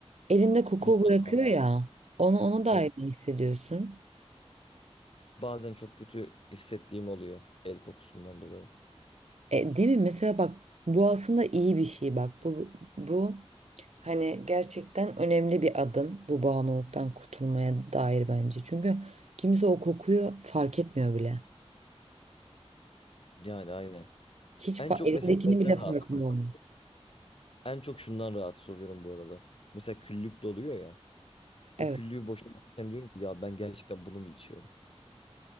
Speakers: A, on the right; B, on the left.
A: elinde koku
B: Bitki
A: bırakıyor
B: kalmıyor.
A: ya onu ona da
B: Evet.
A: ne hissediyorsun?
B: Bazen çok kötü hissettiğim oluyor el kokusundan dolayı.
A: E, değil mi? Mesela bak bu aslında iyi bir şey bak bu bu Hani gerçekten önemli bir adım bu bağımlılıktan kurtulmaya dair bence. Çünkü kimse o kokuyu fark etmiyor bile.
B: Yani aynen.
A: Hiç
B: En
A: fa
B: çok
A: elindekini
B: mesela neyden
A: bile
B: rahatsız
A: farkında
B: oluyorum?
A: olmuyor.
B: En çok şundan rahatsız oluyorum bu arada. Mesela küllük doluyor ya. O
A: Evet.
B: küllüğü boşaltırken diyorum ki ya ben gerçekten bunu mu içiyorum?